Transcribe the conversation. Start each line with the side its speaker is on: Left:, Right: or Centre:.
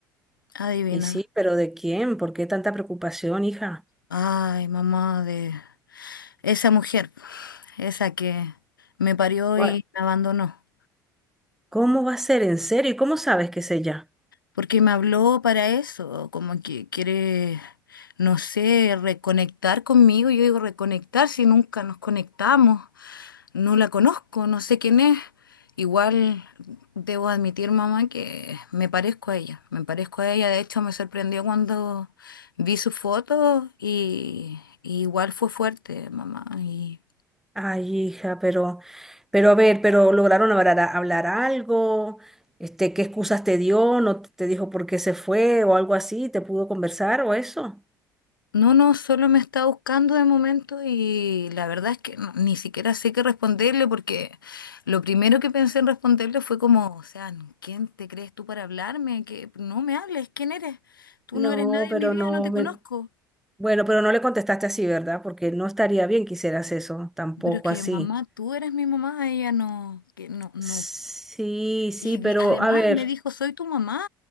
Left: Adivina.
Centre: Y sí, pero ¿de quién? ¿Por qué tanta preocupación, hija?
Left: Ay, mamá, de esa mujer, esa que me parió
Centre: Gua-
Left: y me abandonó.
Centre: ¿Cómo va a ser? ¿En serio? ¿Y cómo sabes que es ella?
Left: porque me habló para eso, como que quiere, no sé, reconectar conmigo. Yo digo reconectar si nunca nos conectamos, no la conozco, no sé quién es. Igual debo admitir, mamá, que me parezco a ella, me parezco a ella. De hecho, me sorprendió cuando vi su foto y, y igual fue fuerte, mamá. Y,
Centre: Ay, hija, pero, pero a ver, pero lograron hablar, hablar algo. Este, ¿qué excusas te dio? ¿No te te dijo por qué se fue o algo así? ¿Te pudo conversar o eso?
Left: No, no, solo me está buscando de momento y la verdad es que no- ni siquiera sé qué responderle porque lo primero que pensé en responderle fue como, o sea, ¿quién te crees tú para hablarme? Que no me hables, ¿quién eres? Tú
Centre: No,
Left: no eres nadie
Centre: pero
Left: en mi vida,
Centre: no.
Left: no te
Centre: me-
Left: conozco.
Centre: Bueno, pero no le contestaste así, ¿verdad? Porque no estaría bien que hicieras eso, tampoco
Left: Pero es que
Centre: así.
Left: mamá, tú eres mi mamá, ella no, que no, no.
Centre: Sí, sí,
Left: Y
Centre: pero
Left: di- además
Centre: a ver,
Left: me dijo, soy tu mamá.